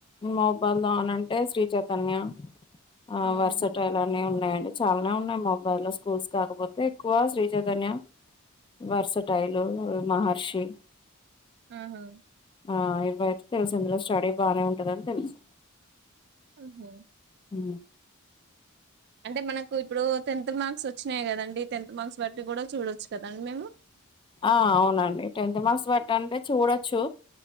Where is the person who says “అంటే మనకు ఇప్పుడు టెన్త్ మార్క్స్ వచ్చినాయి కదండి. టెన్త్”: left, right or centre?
Right